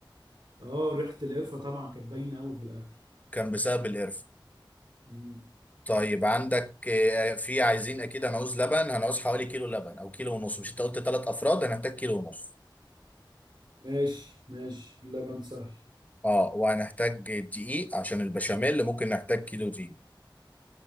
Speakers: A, on the right; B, on the left.
A: اه ريحة القرفة طبعا كانت باينة أوي في الأكل
B: كان بسبب القرفة
A: مم.
B: طيب عندك آه، في عايزين اكيد هنعوز لبن هنعوز حوالي كيلو لبن او كيلو ونص مش انت قلت ثلاث افراد هنحتاج كيلو ونص
A: ماشي ماشي اللبن سهل
B: اه وهنحتاج دقيق عشان البشاميل ممكن نحتاج كيلو دقيق